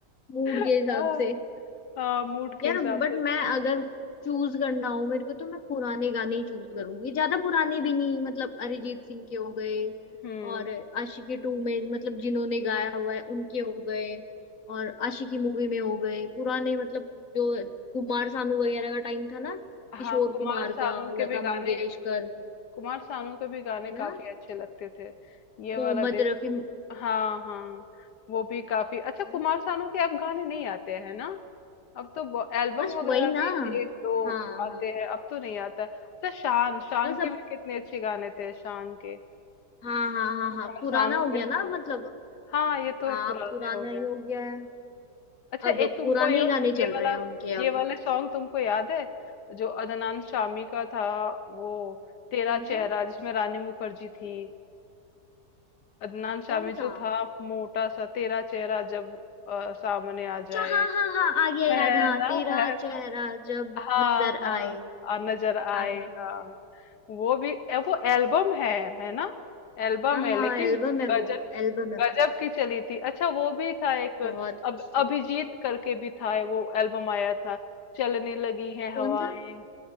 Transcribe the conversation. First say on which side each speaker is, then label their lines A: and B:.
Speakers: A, on the left; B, on the left.
A: मूड के
B: हाँ
A: हिसाब से
B: हाँ, मूड के
A: यार
B: हिसाब
A: बट
B: से
A: मैं अगर चूज करना हो मेरे को तो मैं पुराने गाने ही चूज करूंगी ज्यादा पुराने भी नहीं मतलब अरिजीत सिंह के हो गए
B: हम्म
A: और आशिकी टू में मतलब जिन्होंने गाया हुआ है उनके हो गए और आशिकी मूवी में हो गए पुराने मतलब जो कुमार सानू वगैरह का टाइम था ना
B: हाँ
A: किशोर
B: कुमार
A: कुमार
B: सानू
A: का
B: के
A: लता
B: भी गाने
A: मंगेशकर
B: कुमार सानू के भी गाने
A: है
B: काफी
A: ना
B: अच्छे लगते थे ये वाला
A: मोहम्मद
B: देखो
A: रफी है
B: हाँ हाँ वो भी काफी अच्छा कुमार
A: ना
B: सानू के अब गाने नहीं आते हैं ना अब तो एल्बम
A: बस
B: वगैरह
A: वही ना
B: भी एक दो
A: हाँ हाँ
B: आते हैं अब तो नहीं आता है अच्छा शान शान
A: बस अब
B: के भी कितने अच्छे गाने थे शान के
A: हाँ हाँ हाँ
B: कुमार
A: हाँ पुराना
B: सानू
A: हो गया
B: के समय
A: ना मतलब
B: हाँ ये तो
A: हाँ
B: है पुराने
A: अब पुराना
B: हो
A: ही
B: गए
A: हो गया है
B: अच्छा
A: अब
B: एक तुमको
A: पुराने
B: ये
A: ही गाने
B: ये
A: चल रहे
B: वाला
A: हैं उनके अब
B: ये वाले सॉन्ग तुमको याद है जो अदनान शामी का था वो तेरा
A: कौन
B: चेहरा
A: सा
B: जिसमें रानी मुखर्जी थी अदनान शामी
A: कौन सा
B: जो था मोटा सा तेरा चेहरा जब अ, सामने आ
A: अच्छा
B: जाए
A: हाँ हाँ हाँ आ गया याद
B: है
A: हाँ
B: ना
A: तेरा
B: है ना
A: चेहरा जब
B: हाँ
A: नजर
B: हाँ
A: आए
B: आ, नजर आए
A: हाँ हाँ
B: हाँ
A: हाँ
B: हाँ। वो भी ए, वो एल्बम है है ना एल्बम
A: हाँ
B: है
A: हाँ
B: लेकिन
A: एल्बम है
B: गजल
A: वो एल्बम है वो
B: गजब की चली थी अच्छा वो भी था एक
A: बहुत अच्छी
B: अब अभिजीत करके भी था वो एल्बम आया था चलने लगी है
A: कौन
B: हवाएं
A: सा